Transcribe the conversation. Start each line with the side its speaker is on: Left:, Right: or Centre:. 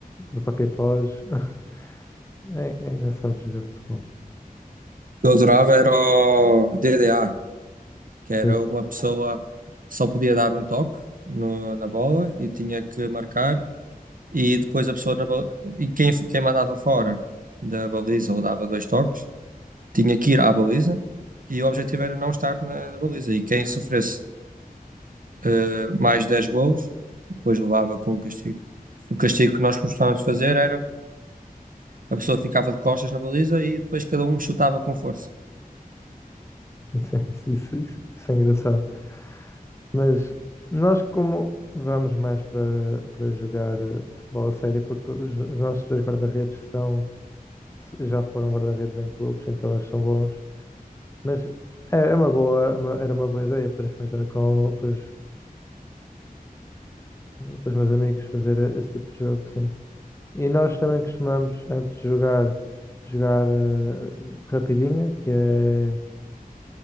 Left: eu toquei foz. <laughs> É, é engraçado jogar futebol.
Right: Eu adorava era o DDA, que era
Left: Dead.
Right: uma pessoa só podia dar um toque no- na bola e tinha que marcar e depois a pessoa na baliza, e quem, quem mandava fora da baliza ou dava dois toques tinha que ir à baliza e o objetivo era não estar na, na baliza e quem sofresse eh, mais 10 golos depois levava com o castigo. O castigo que nós costumávamos fazer era a pessoa ficava de costas na baliza e depois cada um chutava com força.
Left: Isso, é- isso, isso- isso- isso é engraçado. Mas nós, como vamos mais para, para jogar eh, futebol a sério, porque os, os nossos dois guarda-redes são, já foram guarda-redes em clubes, então eles são bons. Mas é, é uma boa, é uma- era uma boa ideia para experimentar com, com os, com os meus amigos fazer esse tipo de jogo, sim. E nós também costumamos, antes de jogar, jogar eh, rapidinha, que é